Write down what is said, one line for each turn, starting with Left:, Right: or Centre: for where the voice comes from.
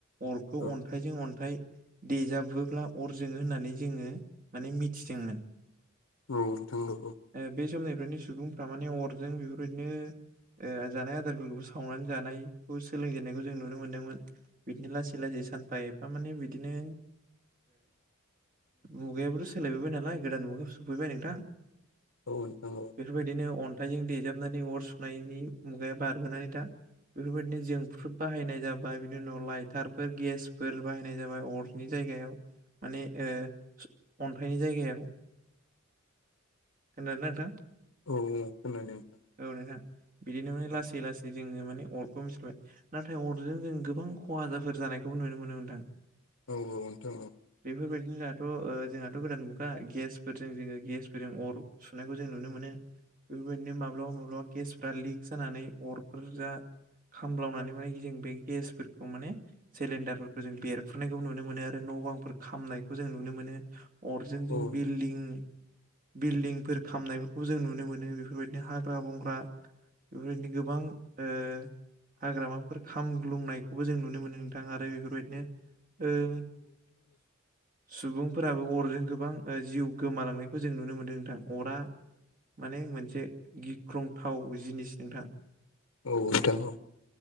Right: अरखौ
Left: औ
Right: अन्थाइजों अन्थाइ देजाबोब्ला अर जोङो होननानै जोङो माने मिथिदोंमोन।
Left: औ नोंथां ला
Right: बे समनिफ्रायनो सुबुंफ्रा माने अरजों बेफोरबायदिनो जानाय आदारफोरखौबो सावनानै जानायखौ सोलोंजेननायखौ जों नुनो मोन्दोंमोन बिदिनो लासै लासै सानफा एफा माने बिदिनो मुगायाबोथ सोलायबोबाय नालाय गोदान मुगायाव सफैबाय नोंथां।
Left: औ नोंथां औ
Right: बेफोरबायदिनो अन्थाइजों देजाबनानै अर सुनायनि मुगाया बारबोनानै दा बेफोरबायदिनो जोंफ्रुद बाहायनाय जाबाय बिनि उनाव लाइटारफोर गेसफोर बाहायनाय जाबाय अरनि जायग माने ओ अन्थनि जायगा खोनादोंना नोंथां?
Left: औ औ खोनादों नोंथां
Right: औ नोंथां बिदिनो माने
Left: औ
Right: लासै लासै लासै जोङो माने अरखौ मिथिबाय नाथाय अरजों जों गोबां खहा जाफोर जानायखौ नुनो मोनो नोंथां।
Left: औ औ नोंथां औ
Right: बेफोरबायदिनो जोंहाथ ओ जोंहाथ गोदान मुगा गेसफोरजों जोङो गेसफोरजों अर सुनायखौ जों नुनो मोनो। बेफोरबायदिनो माब्लाबा माब्लाबा गेसफ्रा लिक जानानै अरफोर जा खामलावनानै माने जों बे गेसफोरखौ माने सिलिणडारफोरखौ जों बेरफ्रुनायखौ नुनो मोनो आरो न' बांफोर खामनायखौ जों नुनो मोनो अरजों
Left: औ नोंथां औ नोंथां औ
Right: बिलदिं बिलदिं फोर खामनायफोरखौ जों नुनो मोनो बेफोरबायदिनो हाग्रा बंग्रा बेफोरबायदिनो गोबां ओ हाग्रामाफोर खामग्लुंनायखौबो जों नुनो मोनो नोंथां आरो बेफोरबायदिनो ओ सुबुंफोराबो अरजों गोबां जिउ गोमालांनायखौ जों नुनो मोनदों नोंथां अरा माने मोनसे गिख्रंथाव जिनिस नोंथां
Left: औ नोंथां औ